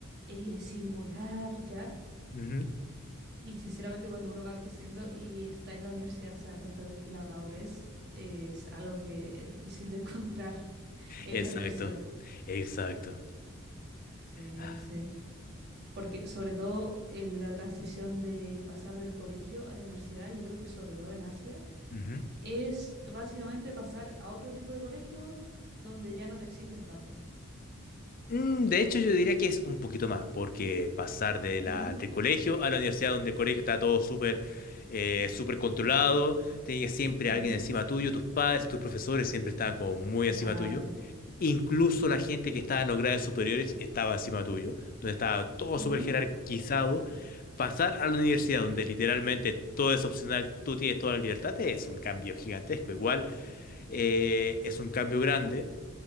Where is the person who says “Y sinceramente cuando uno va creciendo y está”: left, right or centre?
Right